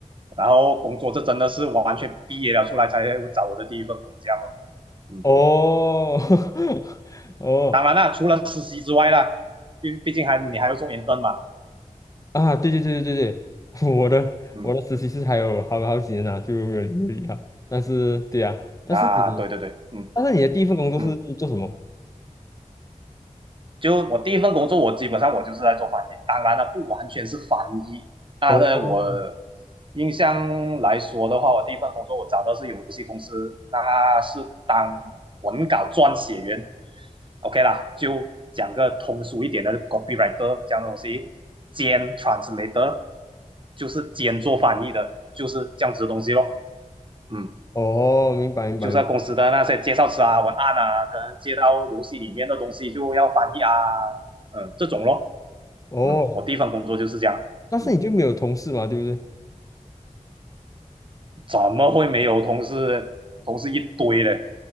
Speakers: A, on the right; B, on the left.
A: 然后工作这真的是完全毕业了出来才找我的第一份工这样了嗯，
B: 哦哦 <laughs> 哦，
A: 当然啦，除了实习之外啦，毕毕竟还你还要做研份嘛。
B: 啊，对对对对对对，<laughs> 我的我的实习是还有好好几年呢，
A: 嗯，
B: 就没有没有理他但是对呀、
A: 那对对对，
B: 但是你
A: 嗯
B: 但是你的第一份工作是做什么？
A: 嗯。就我第一份工作，我基本上我就是在做翻译，当然了，不完全是翻译，但是我
B: 哦
A: 印象来说的话，我第一份工作我找的是游戏公司，那是当文稿撰写员，OK 啦，就讲个通俗一点的 copywriter 这样的东西，兼 translator 就是兼做翻译的，就是这样子的东西咯，嗯。
B: 哦，明白明白
A: 就是在公司的那些介绍词啊、文案啊，可能接到游戏里面的东西就要翻译啊，嗯，这种咯。
B: 哦，
A: 嗯，我第一份工作就是这样。
B: 但是你就没有同事嘛，
A: 嗯，
B: 对不对？
A: 怎么会没有同事？同事一堆嘞。